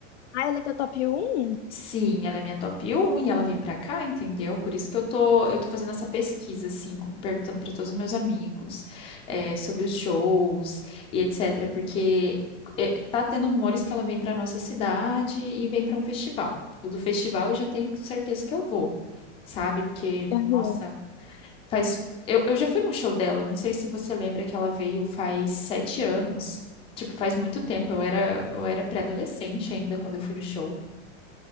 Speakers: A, on the left; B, on the left.
A: Ah, ela é teu top um
B: Sim, ela é minha top 1 e ela vem pra cá, entendeu? Por isso que eu tô, eu tô fazendo essa pesquisa, assim, com- perguntando pra todos os meus amigos, eh, sobre os shows e etc. Porque eh, tá tendo rumores que ela vem pra nossa cidade e vem pra um festival. O do festival eu já tenho certeza que eu vou, sabe? Porque,
A: Aham.
B: nossa, faz. Eu, eu já fui num show dela, não sei se você lembra que ela veio faz sete anos. Tipo, faz muito tempo, eu era, eu era pré-adolescente ainda quando eu fui no show.